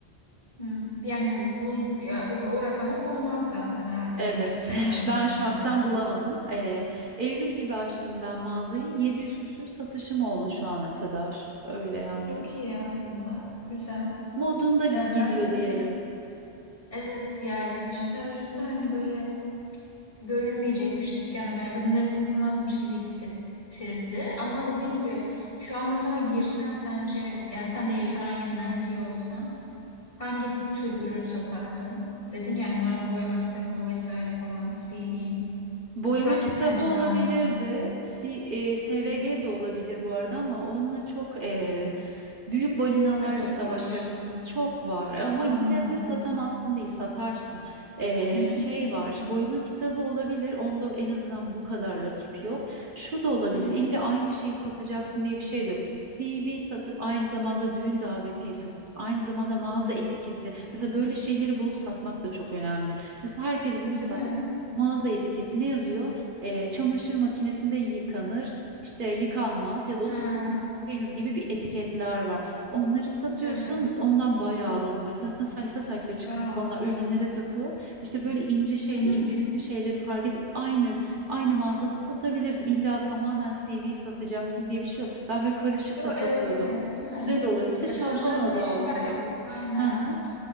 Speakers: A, on the left (about 30°); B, on the right (about 55°).
A: Hı. Yani bul, ya, o, o rakamı bulmaz zaten herhalde
B: Evet,
A: uçuk bir
B: <laughs>
A: rakam. gibi
B: ben şahsen
A: görünüyor.
B: bulamadım. E, Eylül gibi açtım ben mağazayı. 700 küsür satışım oldu şu ana kadar. Öyle yani.
A: Çok iyi aslında. Güzel.
B: Modunda gid-
A: Ya
B: gidiyor
A: ben de
B: diyelim.
A: Evet yani dijital üründe hani böyle görülmeyecekmiş dükkanım yani ürünlerim satılmazmış gibi hissettirdi. Ama dediğin gibi şu an mesela girsem sence yani sen de şu an yeniden giriyor olsan hangi tür ürün satardın? Dedin yani bu arada boyama kitabı vesaire falan C CV.
B: Boyama
A: Hangisi
B: kitabı
A: sence
B: olabilirdi.
A: daha mantıklı?
B: Si- e, SVG
A: Hı hı.
B: de olabilir bu arada ama onunla çok e, büyük balinalarla
A: Rakip
B: savaşırsın.
A: var.
B: Çok var ama
A: Anladım.
B: yine de satamazsın değil satarsın. E,
A: Hı hı.
B: şey var boyama kitabı olabilir. Onda en azından bu kadar rakip yok. Şu da olabilir.
A: Hı hı.
B: İlla aynı şeyi satacaksın diye bir şey de yok. CV satıp aynı zamanda düğün davetiyesi satıp aynı zamanda mağaza etiketi. Mesela böyle şeyleri bulup satmak da çok önemli. Mesela herkes bunu
A: Değil
B: sat
A: mi?
B: mağaza etiketine yazıyor. E, çamaşır makinesinde yıkanır, işte yıkanmaz ya da 30
A: Ha,
B: dakika yıkayınız gibi bir etiketler var. Onları satıyorsun,
A: evet.
B: ondan bayağı alan oluyor. Zaten sayfa sayfa çıkarıp
A: Wow.
B: onlar ürünlere takıyor. İşte böyle ince şeyli,
A: Hı hı.
B: incelikli şeyleri fark edip aynı aynı mağazada satabilirsin. İlla tamamen C V satacaksın diye bir şey yok. Ben böyle karışık
A: Yo,
B: da satıyordum.
A: evet evet değil mi?
B: Güzel oluyor. Hepsi
A: Ya
B: şablon
A: sonuçta
B: adı
A: dijital
B: altında.
A: ürün. Aynen.
B: Hı hı.